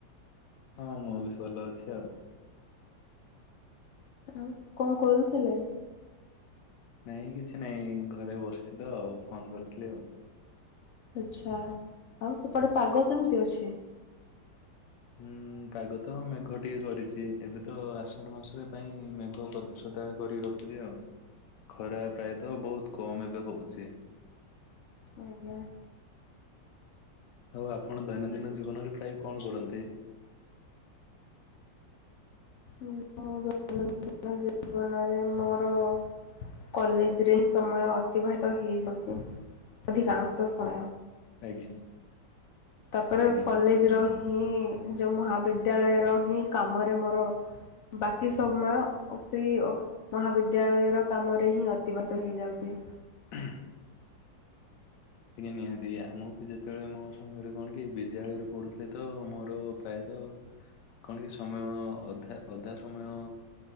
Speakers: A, on the left; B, on the left.
A: ହଁ ମୁଁ ବି ଭଲ ଅଛି ଆଉ।
B: ଆଉ କଣ କରୁଥିଲେ?
A: ନାଇଁ କିଛି ନାଇଁ ଘରେ ବସିଛି ତ ଆଉ ଫୋନ କରିଥିଲି ଆଉ।
B: ଆଛା ଆଉ ସେପଟେ ପାଗ କେମିତି ଅଛି?
A: ହୁଁ ପାଗ ତ ମେଘ ଟିକେ କରିଛି ଏବେ ତ ଆଷାଢ ମାସରେ ପାଇଁ ମେଘ ସଦାବେଳେ କରିକି ରଖୁଛି ଆଉ ଖରା ପ୍ରାୟତଃ ବହୁତ କମ୍ ଏବେ ହଉଛି।
B: ଆଜ୍ଞା।
A: ଆଉ ଆପଣ ଦୈନନ୍ଦିନ ଜୀବନରେ ପ୍ରାୟ କଣ କରନ୍ତି?
B: ହୁଁ ହଉ ଯ ଜୀବନରେ ମୋର କଲେଜରେ ହିଁ ସମୟ ଅତିବାହିତ ହେଇଯାଉଛି। ଅଧିକାଂଶ ସମୟ
A: ଆଜ୍ଞା।
B: ତାପରେ
A: ଆଜ୍ଞା।
B: କଲେଜ ର ହିଁ ଯୋଉ ମହାବିଦ୍ୟାଳୟର ହିଁ କାମରେ ମୋର ବାକି ସମୟ ଅପି ଅ ମହାବିଦ୍ୟାଳୟ ର କାମରେ ହିଁ ଅତିବାହିତ ହେଇଯାଉଛି।
A: <inaudible> ଆଜ୍ଞା ନିହାନ୍ତି ମୁଁ ବି ଯେତେବେଳେ ମୋ ସମୟରେ କଣ କି ବିଦ୍ୟାଳୟରେ ପଢ଼ୁଥିଲି ତ ମୋର ପ୍ରାୟତଃ କଣ କି ସମୟ ଅଧା ଅଧା ସମୟ